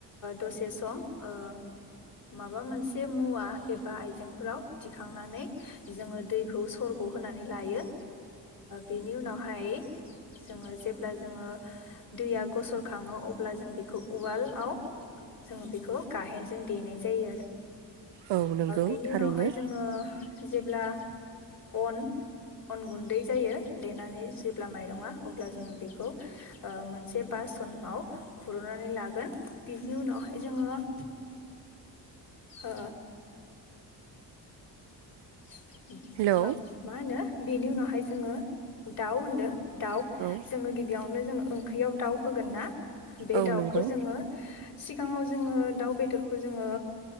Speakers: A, on the left; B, on the right.
A: दसे सम ओ माबा मोनसे मुवा एबा आइजेंफोराव दिखांनानै जोङो दैखौ सरग'ओ होनानै लायो बेनि उनावहाय जोङो जेब्ला जोङो दैया गसर खाङो अब्ला जों बेखौ उवालाव जोङो बेखौ गाहेनजों देनाय जायो आरो
B: औ नंगौ
A: बिनि
B: थारैनो
A: उनावहाय जोङो जेब्ला अन अन गुन्दै जायो देनानै जेब्ला माइरङा अब्ला जोङो बेखौ मोनसे बासनाव खुरनानै लागोन बिनि उनावहाय जोङो ओ <inaudible>
B: हेलौ
A: मा होनो बेनि उनावहाय जोङो दाउ होनदों दाउ
B: औ
A: जोङो गिबियाव नो जोङो ओंख्रियाव दाउ होगोन ना बे
B: औ
A: दाउखौ
B: नंगौ
A: जोङो सिगाङाव जोङो दाउ बेदर खौ जोङो